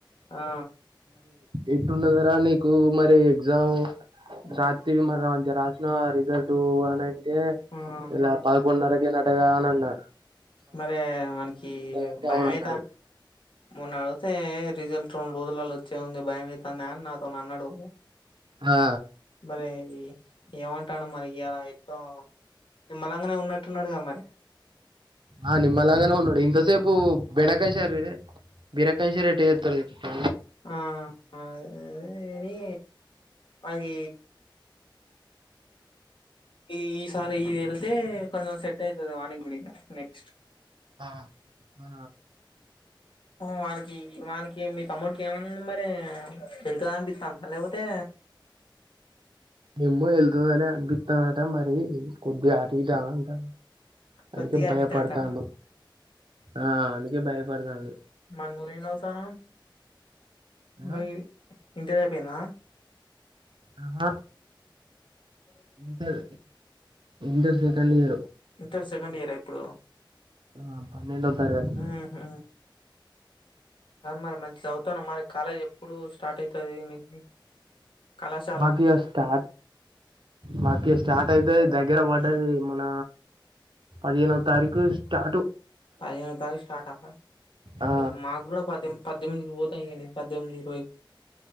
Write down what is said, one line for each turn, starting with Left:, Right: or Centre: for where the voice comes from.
Left: ఆ
Right: ఎట్టున్నది రా నీకు మరి ఎగ్జామ్
Left: హ్మ్.
Right: రాతివి మారయ్ ఇగ రాసినావ ఆ రిజల్ట్ అని అంటే
Left: ఆ
Right: ఇలా పదకొండున్నరకే నటగా అని అన్నారు.
Left: మరి మనకి
Right: అంటే
Left: భయం
Right: అవును అన్నాడు
Left: అయిదా మొన్న అడుతే రిజల్ట్ రెండు రోజులలో వచ్చే ఉంది భయమయితాందా అని నాతో అన్నాడు
Right: ఆ
Left: మరి ఈ ఏమంటాన్ మరి ఇయాల ఎట్ నిమ్మలంగానే ఉన్నట్టు ఉన్నాడుగా మరి
Right: ఆ నిమ్మల్లంగానే ఉండడు ఇంతసేపు బెండకాయ శారు ఇడే బీరకాయసరేట్ ఏత్తరో చెప్పవా
Left: ఆ అని అంగి ఈ ఈ సారి ఇది వెళ్తే కొంచం సెట్ అయితది వానికి గుడిగా నెక్స్ట్
Right: ఆ ఆ
Left: వానికి వానికి మీ తమ్ముడికి ఏమైంద మరి వెళ్తద అనిపిత్తాం లేపోతే
Right: ఎమ్మో వెళ్తదనే అనిపిత్తాందట మరి కొద్ది అటు ఇటు అంటా అందుకే
Left: కొద్దిగా
Right: భయపడతాండు
Left: అటు ఇటు అంటాందా
Right: ఆ అందుకే భయపడతాన్
Left: మన్నూరు ఏం చవుతానావ్
Right: ఆ
Left: నువ ఇంటి పెనా
Right: ఆహా inter inter second year
Left: inter second year ఇప్పుడు
Right: ఆ పన్నెండో తరగతి
Left: హుహు మరి మం చదువుతాను మరి కాలేజ్ ఎప్పుడు స్టార్ట్ అయితది నీకు కళాశాల
Right: మాకు ఇ స్టార్ట్ మాకి స్టార్ట్ అయితే దగ్గర పడ్డది
Left: ఉమ్
Right: మన పదేనో తారీకు స్టార్ట్
Left: పదిహేను తారీకు స్టార్ట్ అ
Right: ఆ
Left: మాగూడా పద్దెమ్ పద్దెమికి పోత ఇగానీ పద్దెంది ఇరవై